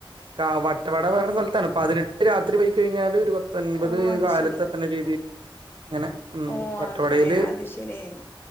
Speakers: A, on the right; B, on the left.
A: കാ വട്ടവട പറയണ
B: ഓ
A: സ്ഥലത്താണ്. പതിനെട്ട് രാത്രി പോയിക്കഴിഞ്ഞാല് ഒരു പ ത്തൊൻപത്
B: ഓ അത്
A: കാലത്തെത്തണ
B: ശെരി
A: രീതില്. ഇങ്ങനെ ഉം.
B: ഓ
A: വട്ടവടീല്
B: അങ്ങനെ <unintelligible>